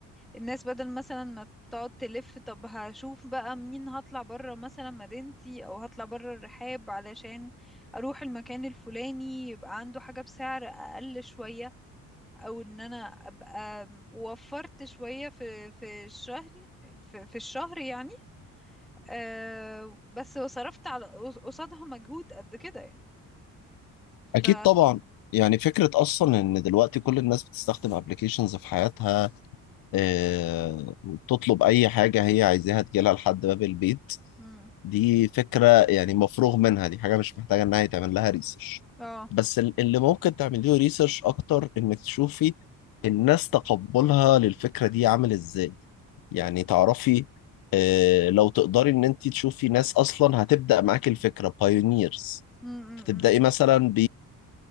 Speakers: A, in the centre; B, on the left.
A: الناس بدل مثلا ما تقعد تلف طب هشوف بقى منين هطلع برا مثلا مدينتي او هطلع برا الرحاب علشان اروح المكان الفلاني يبقى عنده حاجة بسعر اقل شوية او ان انا ابقى وفرت شوية في في الشهر في, في الشهر يعني أه بس وصرفت على قصادها مجهود قد كده يعني ف
B: أكيد طبعا يعني فكرة أصلا إن دلوقتي كل الناس بتستخدم أبلكيشنز في حياتها آه، وبتطلب أي حاجة هي عايزاها تجيلها لحد باب البيت
A: مم.
B: دي فكرة يعني مفروغ منها دي حاجة مش محتاجة إنها يتعمل لها ريسيرش
A: اه
B: بس ال- اللي ممكن تعملي له ريسيرش أكتر إنك تشوفي الناس تقبلها للفكرة دي عامل إزاي يعني تعرفي آه، لو تقدري إن أنت تشوفي ناس أصلا هتبدأ معاكي الفكرة بايونيرز
A: مم، مم،
B: فتبدأي
A: مم.
B: مثلا